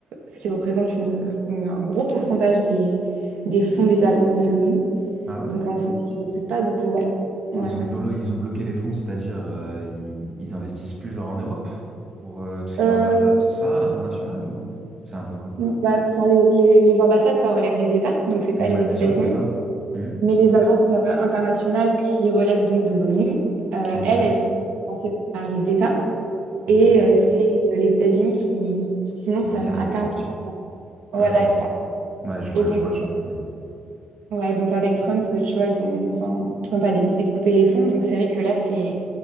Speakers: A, on the right (about 85°); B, on the right (about 25°).
A: ce qui représente une- une- un gros pourcentage des, des fonds des agences de l'ONU.
B: Ah ouais?
A: Donc en ce moment, ils ne recrutent pas beaucoup. Ouais. Ouais,
B: Ils
A: ouais.
B: ont blo- ils ont bloqué les fonds, c'est-à-dire euh, ils, ils investissent plus genre en Europe pour euh, tout ce qui
A: Euh,
B: est ambassade, tout ça, à l'international ou c'est un peu quoi?
A: bah, enfin, les, les- les ambassades, ça relève des États, donc c'est pas
B: Mm,
A: les
B: Ouais,
A: États-Unis.
B: bien sûr, c'est ça. Mhm.
A: Mais les agences euh, internationales qui relèvent donc de l'ONU, euh,
B: Ok,
A: elles, elles sont financées par les États.
B: ok.
A: Et euh, c'est euh, les États-Unis qui, qui financent
B: Financer
A: à
B: une
A: à
B: grande
A: 40%.
B: partie.
A: Voilà,
B: Ok.
A: c'est ça.
B: Ouais, je vois,
A: Et donc,
B: je vois, je vois bien.
A: Ouais, donc avec Trump, euh, tu vois, ils ont, enfin, Trump a décidé de couper les fonds, donc c'est vrai que là, c'est,